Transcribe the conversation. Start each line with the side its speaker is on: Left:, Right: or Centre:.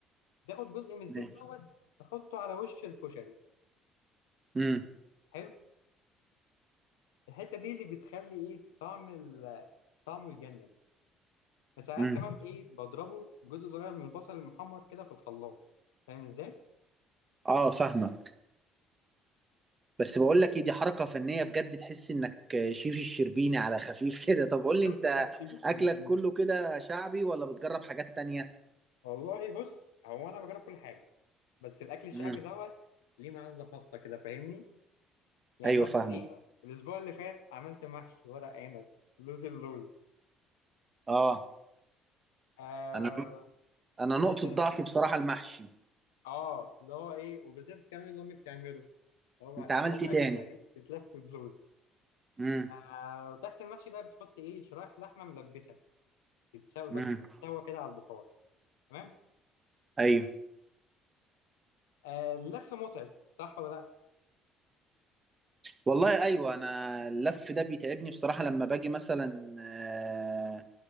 Left: تاخد جزء من الزيت
Right: ماشي
Left: دوت تحطه على وش الكشري
Right: امم
Left: حلو الحته دي اللي بتخلي ايه طعم ال- طعمه يجنن فساعات
Right: امم
Left: كمان ايه بضربه بجزء صغير من البصل المحمر كده في الخلاط فاهم ازاي؟
Right: اه فاهمك بس بقول لك ايه دي حركة فنية بجد تحس انك شيف الشربيني على خفيف <laughs> كده طب قول لي
Left: <laughs>
Right: انت
Left: ستيف السلمين
Right: اكلك كله كده شعبي ولا بتجرب حاجات تانية
Left: والله بص هو انا بجرب كل حاجه بس الاكل الشعبي
Right: امم
Left: دوت ليه معزه خاصه كده فاهمني يعني
Right: ايوه
Left: مثلا
Right: فاهمه
Left: ايه الاسبوع اللي فات عملت محشي ورق عنب لوز اللوز
Right: اه
Left: آه
Right: انا انا نقطة
Left: فاكر
Right: ضعفي بصراحة المحشي
Left: اه اللي هو ايه وبالذات كمان اللي امي بتعمله صوابع
Right: انت عملت
Left: صوابع
Right: ايه تاني
Left: كده ايه تتلف بلوز
Right: امم
Left: آه وتحت المحشي بقى بتحط ايه شرايح لحمه ملبسه تتسوي
Right: امم
Left: بقى تتسوى كده على البخار تمام
Right: ايوه
Left: آه اللف متعب صح ولا لا
Right: والله ايوه انا اللف ده بيتعبني بصراحة لما باجي مثلا آه،